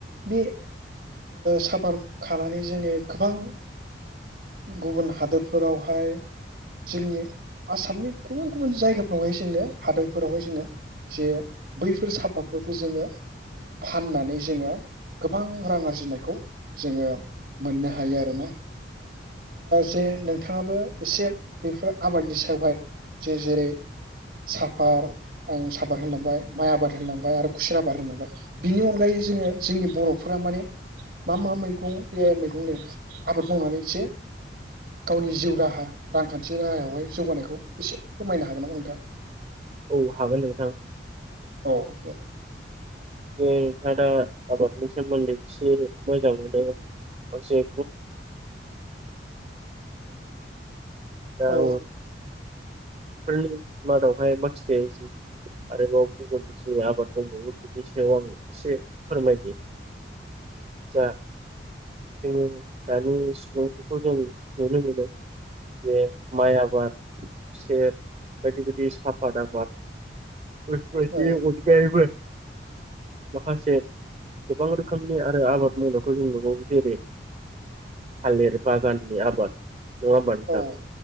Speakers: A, on the right; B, on the right.
A: बे साफा खानानै जोङो गोबां गुबुन हादोरफोरावहाय जोंनि आसामनि गुबुन गुबुन जायगाफ्रावहाय जोङो हादरफोरावहाय जोङो जे बैफोर साफातफोरखौ जोङो फाननानै जोङो गोबां रां आरजिनायखौ जोङो मोननो हायो आरो ना जे नोंथाङाबो एसे बेफोर आबादनि सायावहाय जे जेरै साफार आं साफार होनलांबाय माइ आबाद होनोलांबाय आरो खुसेर आबाद होनोलांबाय बिनि अनगायै जोङो जोंनि बर'फोरा माने मा मा मैगं मैगंनो आबाद मावनानै एसे गावनि जिउ राहा रांखान्थि राहायावहाय जौगानायखौ एसे फोरमायनो हागोन नामा नोंथाङा
B: औ हागोन नोंथां
A: औ दे
B: जोंथादा आबादनि सोमोन्दै एसे मोजां मोनो फोराय दा आङो
A: औ
B: फोरनि मादावहाय बाखिसिसे आरोबाव गुबुननि जे आबाद दंबावो बिनि सायाव आं एसे फोरमायदि आ जोङो दानि सिफोरखौ जों नुनो मोनो जे माइ आबाद खसेर बायदि बायदि साफ सादा बद गबो
A: औ
B: माखासे गोबां रोखोमनि आरो आबाद मावनायखौ जों नुबावो जेरै थालिर बागाननि आबाद नङबानोथां
A: औ